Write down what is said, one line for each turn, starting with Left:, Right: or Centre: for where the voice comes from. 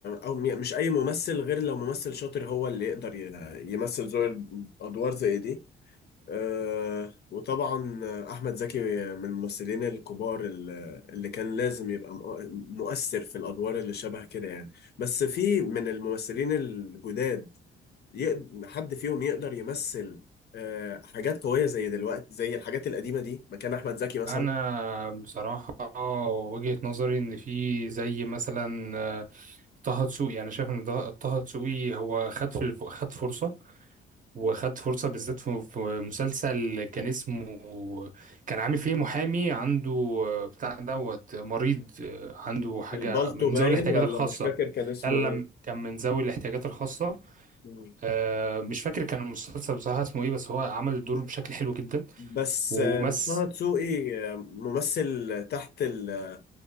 Left: او م- مش اي ممثل غير لو ممثل شاطر هو اللي يقدر ي- يمثل زي ادوار زي دي آه وطبعا احمد زكي من الممثلين الكبار ال- اللي كان لازم يبقى مؤ- مؤثر في الادوار اللي شبه كده يعني بس في من الممثلين الجداد يقد- حد فيهم يقدر يمثل آه، حاجات قوية زي دلوقتي زي الحاجات القديمة دي مكان أحمد زكي مثلا
Right: انا بصراحه وجهه نظري ان في زي مثلا آه، طه دسوقي انا شايف ان ده- طه دسوقي هو خد في الف- خد فرصه وخدت فرصة بالذات في في مسلسل كان اسمه كان عامل فيه محامي عنده آه، بتاع دوت آه، مريض آه، عنده حاجة
Left: البالتو
Right: من
Left: باين
Right: ذوي الاحتياجات
Left: ولا
Right: الخاصة
Left: مش فاكر كان اسمه
Right: لا لا
Left: إيه
Right: لا، كان من ذوي الاحتياجات الخاصة
Left: مم.
Right: آه، مش فاكر كان المسلسل بصراحة اسمه ايه بس هو عمل الدور بشكل حلو جدا
Left: بس
Right: ومس
Left: آه، طه دسوقي آه، ممثل تحت ال